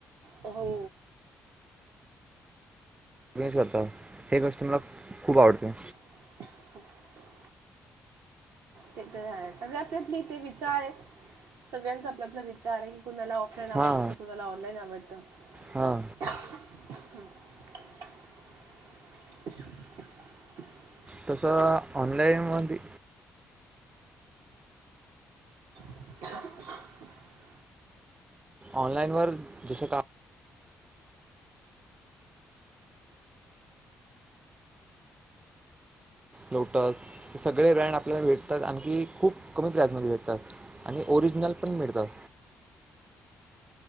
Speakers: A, on the right; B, on the right.
A: हो.
B: करत हे गोष्ट मला खूप आवडते.
A: ह <unintelligible> ते तर सगळे आपले आपले इथे विचार आहेत, सगळ्यांचा आपलापला विचार आहे. कुणाला ऑफलाईन आवडत,
B: हां
A: तर कुणाला ऑनलाईन आवडत.
B: हां
A: <unintelligible>
B: तसं ऑनलाईन मध्ये.
A: <unintelligible>
B: ऑनलाइन वर जस का. लोटस सगळे ब्रँड आपल्याला भेटतात, आणखी खूप कमी प्राईज मध्ये भेटतात, आणि ओरिजिनल पण मिळतात.